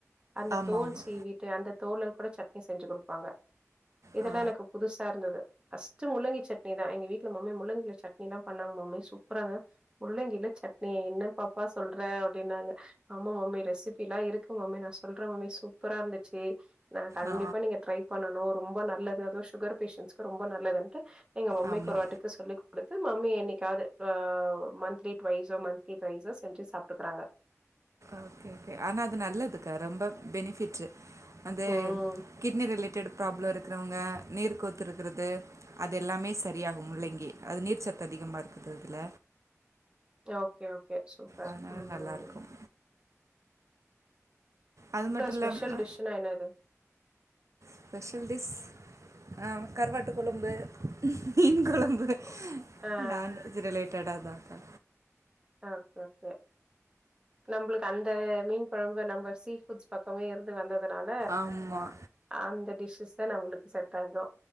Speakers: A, on the right (about 15°); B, on the right (about 65°).
A: அந்த
B: ஆமா
A: தோல்
B: ஆமா
A: சீவிட்டு அந்த தோல. ல சட்னி செஞ்சு குடுப்பாங்க. இதெல்லா
B: ஆ
A: எனக்கு புதுசா இருந்தது ஃபர்ஸ்ட்டு முள்ளங்கி சட்னி தா எங்க வீட்டுல மம்மி முள்ளங்கிள சட்னிலா பண்ணாங்க மம்மி சூப்பரா முள்ளங்கில சட்னியா என்னப்பாப்பா சொல். லுர அப்டின்னாங்க ஆமா மம்மி ரெசிபி எல்லா இருக்கு. மம்மி நா சொல்றே மம்மி சூப்பரா இருந்துச்சு. நா கண்டிப்பா
B: ஆ
A: நீங்க ட்ரை பண்ணனு. ரொம்ப நல்லது அது சுகர் பேஷன்ட்ஸ்கு ரொம்ப நல்லதுன்னுட்டு. எங்க மம்மிக்கு
B: ஆமா
A: ஒரு வாட்டிக்கு சொல்லிக் குடுத்து நா நீ என்னைக்காவது அ மந்த்லி ட்டுவைஸ் மந்த்லி திரைஸஸ். செஞ்சு சாப்பிட்டுக்குறாங்க.
B: ஓகே ஓகே ஆனா அது நல்லதுக்கா ரொம்ப பெனிபிட். அந்த
A: ம்
B: கிட்னி ரிலேட்டடு ப்ராப்ளம் இருக். இருக்கறவங்க நீர் கோத்துருக்கிறது அது எல்லாமே சரியாகு முள்ளங்கி அது நீர் சத்து அதிகமா இருக்குது அதுல.
A: Okay ஓ. கே சூப்பர்
B: அதனால
A: உம்.
B: நல்லாருக்கும் அது மட்டு இல்லாம
A: ஸ்பெஷல் டிஷ்னா என்னது
B: ஸ்பெஷல் டிஷ் ஆஹ் கருவாட்டு குழம்பு மீன் குழம்பு.
A: ஒ ஆ
B: நான்வெஜ் ரிலேட்டடு. லேட்டாதாக்கா.
A: ஓகே ஓகே நம்மளுக்கு அந்த மீன் குழம்பு நம்ம சீஃபுட்ஸ் பக்கமே இருந்து வந்த. அதனால
B: ஆமா
A: அந்த டிஸ்ஷஸ். தா நம்மளுக்கு செட் ஆகும்.